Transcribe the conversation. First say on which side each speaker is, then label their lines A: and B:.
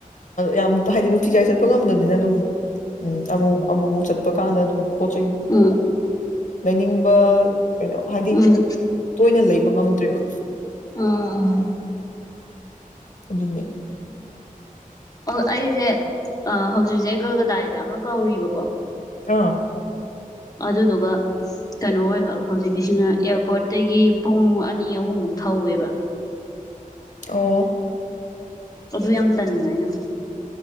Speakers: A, on the left; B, on the left.
A: ꯌꯥꯝ ꯍꯥꯏꯗꯤ ꯅꯨꯡꯇꯤꯖꯥꯏ ꯆꯠꯄ ꯉꯝꯗꯕꯅꯤꯅ ꯑꯗꯨꯝ ꯎꯝ ꯑꯃꯨꯛ ꯑꯃꯨꯛ ꯑꯃꯨꯛ ꯆꯠ ꯆꯠꯄ ꯀꯥꯟꯗ ꯑꯗꯨꯝ ꯄꯣꯠ ꯆꯩꯩ
B: ꯎꯝ
A: ꯂꯩꯅꯤꯡꯕ ꯀꯩꯅꯣ ꯍꯥꯏꯗꯤ
B: ꯎꯝ
A: ꯇꯣꯏꯅ ꯂꯩꯕ ꯉꯝꯗ꯭ꯔꯦꯕ
B: ꯑꯥ ꯑꯥ
A: ꯑꯗꯨꯟꯅꯅꯦ
B: ꯑꯣ ꯑꯩꯁꯦ ꯍꯧꯖꯤꯛꯁꯦ ꯀꯜꯀꯇꯥꯒꯤꯗ ꯑꯃ ꯀꯧꯔꯤꯕꯀꯣ
A: ꯑꯥ
B: ꯑꯗꯨꯗꯨꯒ ꯀꯩꯅꯣ ꯑꯣꯏꯕ ꯍꯧꯖꯤꯛꯀꯤꯁꯤꯅ ꯑꯦꯌꯥꯔꯄꯣꯔꯠꯇꯒꯤ ꯄꯨꯡ ꯑꯅꯤ ꯑꯍꯨꯝꯃꯨꯛ ꯊꯧꯋꯦꯕ
A: ꯑꯣ
B: ꯑꯗꯨ ꯌꯥꯝ ꯇꯟꯕ ꯍꯥꯏꯅ